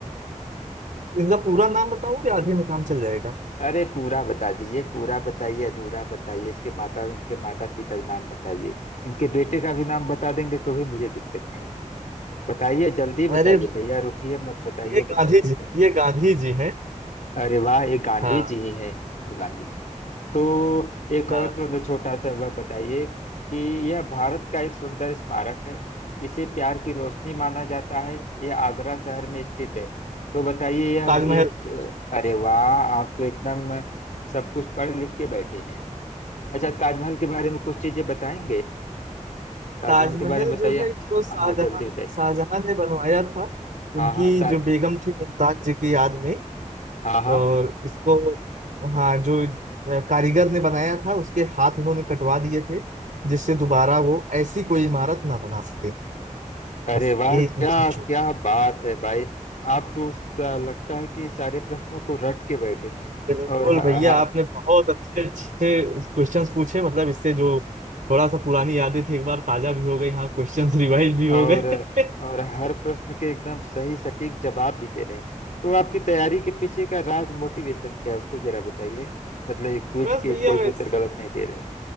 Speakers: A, on the right; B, on the left.
A: इनका पूरा नाम बताऊं कि आधे में काम चल जाएगा
B: अरे पूरा बता दीजिए पूरा बताइए अधूरा बताइए इसके माता इनके माता पिता का नाम बताइए इनके बेटे का भी नाम बता देंगे तो भी मुझे दिक्कत बताइए जल्दी
A: अरे
B: बताइए भैया रुकिए मत बताइए
A: ये
B: बताइए
A: गांधी
B: बताइए।
A: जी ये गांधी जी हैं
B: अरे वाह ये गांधी
A: हाँ
B: जी ही है ये गांधी जी तो एक और
A: हाँ
B: प्रश्न छोटा सा वह बताइए कि यह भारत का एक सुंदर स्मारक है इसे प्यार की रोशनी माना जाता है यह आगरा शहर में स्थित है तो बताइए यह
A: ताजमहल
B: यह अरे वाह आप तो एकदम सब कुछ पढ़ लिख के बैठे हैं अच्छा ताजमहल के बारे में कुछ चीजें बताएंगे ताजमहल
A: ताजमहल
B: के बारे में बताइए
A: जो है इसको शाहजहां
B: हाँ जल्दी बताइए
A: शाहजहां ने बनवाया था
B: हाँ
A: उनकी
B: हाँ ताज
A: जो बेगम थी मुमताज जी की याद में
B: हाँ हाँ
A: और इसको हाँ जो अ, कारीगर ने बनाया था उसके हाथ उन्होंने कटवा दिए थे जिससे दोबारा वो ऐसी कोई इमारत ना बना सके
B: अरे
A: बस
B: वाह
A: यही
B: क्या
A: इतनी छोटी
B: क्या बात है भाई आप तो सा- लगता है कि सारे प्रश्नों को रट के बैठे हैं
A: बिल्कुल
B: और ह,
A: भैया
B: ह,
A: आपने बहुत अच्छे अच्छे क्वेश्चंस पूछे मतलब इससे जो थोड़ा सा पुरानी यादें थी एक बार ताजा भी हो गई हाँ क्वेश्चंस रिवाइज <laughs> भी हो
B: और
A: गए <laughs>
B: और हर प्रश्न के एकदम सही सटीक जवाब भी दे रहे हैं तो आपकी तैयारी के पीछे का राज मोटिवेशन क्या है उसको जरा बताइए मतलब ये क्विज
A: बस
B: के
A: भैया
B: कोई
A: वैस,
B: भी उत्तर गलत नहीं दे रहे